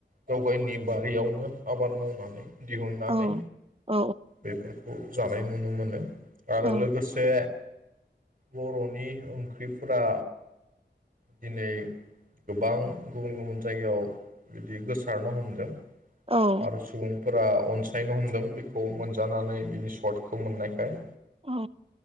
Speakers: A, on the right; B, on the right.
A: गावगायनि बारियावनो आबाद मावनानै दिहुननानै
B: औ औ
A: बेफोरखौ खौ जानाय नुनो मोनो। आरो
B: औ
A: लोगोसे बर'नि ओंख्रिफोरा दिनै गोबां गुबुन गुबुन जायगायाव बिदि गोसारनो हमदों
B: औ
A: आरो सुबुं फोरा अनसायनो हमदों बेखौ मोनजानानै बिनि सर्टखौ मोननायखाय
B: औ